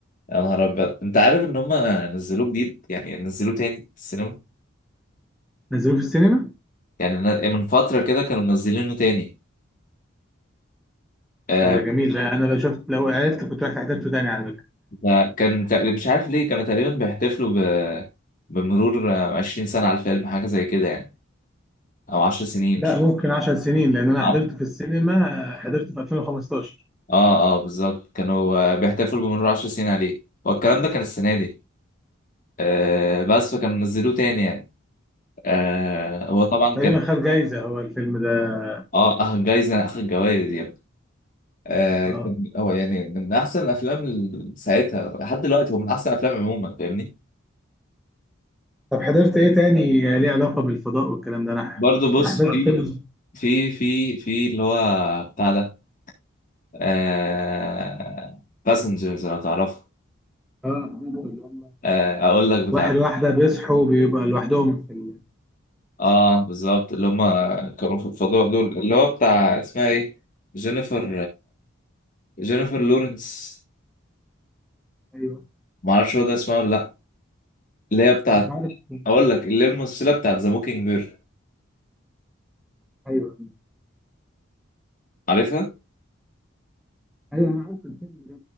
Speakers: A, on the left (about 40°); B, in the centre.
A: يا نهار ابيض انت عارف ان هم نزلوه جديد يعني نزلوه تاني في السينما
B: نزلوه في السينما
A: يعني ن- من فترة كده كانوا منزلينه تاني آه،
B: آه، جميل ده انا لو شفت لو عرفت كنت رحت حضرته تاني على
A: كان كان تقريبا مش عارف ليه كانوا تقريبا بيحتفلوا ب... بمرور آه، 20 سنة على الفيلم حاجة زي كده يعني أو 10 سنين
B: لا
A: مش فاكر.
B: ممكن 10 سنين لان انا
A: اه
B: حضرته في السينما آه، حضرته في 2015
A: اه آه، بالظبط كانوا آه، بيحتفلوا بمرور 10 سنين عليه هو الكلام ده كان السنة دي آه بس فكانوا نزلوه تاني يعني آه هو طبعا
B: تقريبا
A: كان
B: خد جايزة هو الفيلم ده
A: اه أخد جايزة أخد جوايز يا ابني آه
B: آه.
A: كان هو يعني من أحسن الأفلام ال- ساعتها لحد دلوقتي هو من أحسن الأفلام عموما فاهمني
B: طب حضرت ايه تاني آه، ليه علاقة بالفضاء والكلام ده انا
A: برضه بص
B: انا حضرت
A: في
B: فيلم
A: في في في اللي هو بتاع ده آه باسنجرز لو تعرفه
B: اه حضرته اللي هم
A: آه اقول لك بتاع
B: واحد واحدة بيصحوا بيبقى لوحدهم في ال...
A: اه بالظبط اللي هم كانوا في الفضاء دول اللي هو بتاع اسمها ايه جينيفر جينيفر لورنس
B: ايوه
A: معرفش هو ده اسمها ولا لا اللي هي بتاعت
B: مش عارف مش
A: اقول
B: فاكر
A: لك اللي هي الممثله بتاعت ذا موكينج بير
B: ايوه
A: عارفها
B: ايوه انا عارف الفيلم ده